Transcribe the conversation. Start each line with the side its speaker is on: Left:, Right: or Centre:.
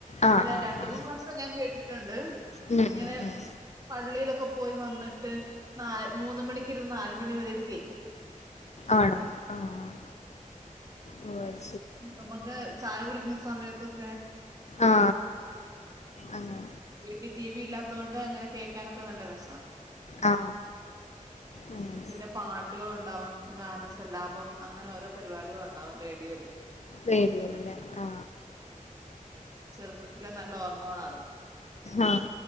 Left: ആ
Right: ര
Left: ആ
Right: രണ്ട്
Left: ആ
Right: മൂന്ന് വർഷം ഞാൻ കേട്ടിട്ടുണ്ട്
Left: ഉം ഉം
Right: ഇങ്ങനെ
Left: ഉം
Right: പള്ളിയിലൊക് ക്കൊ പോയി വന്നിട്ട് നാ മൂന്ന മണിക്ക് ഇരുന്ന് നാലുമണി വരെ ഇത് കേൾക്കും
Left: ആണോ ആഹ് ഓ അഹ്
Right: നമ്മക്ക് ചായ കുടിക്കുന്ന സമയത്തോക്കെ
Left: ആ അങ്ങനെ
Right: വീട്ടി ടി വി ഇല്ലാത് തോണ്ട് അങ്ങനെ കേൾക്കാനൊക്കെ നല്ല രസ
Left: ആ അങ്ങനെ
Right: പിന്നെ പാട്ട് ട്ടുകൾ ഉണ്ടാവും ഗാനസല്ലാപം അങ്ങനെ ഓരോ പരിപാടികൾ ഉണ്ടാവും റേഡിയോയിൽ
Left: റേഡിയോയിൽ അല്ലേ ആ
Right: ചെറുപ്പത്തിലെ നല്ല ഓർമ്മകളാഅത്
Left: ആ